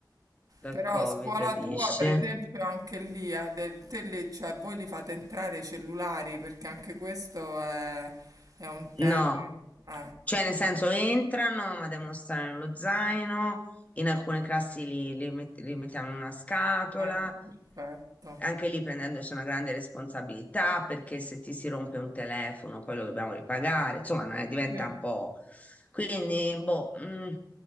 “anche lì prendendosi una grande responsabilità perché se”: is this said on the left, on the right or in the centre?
Left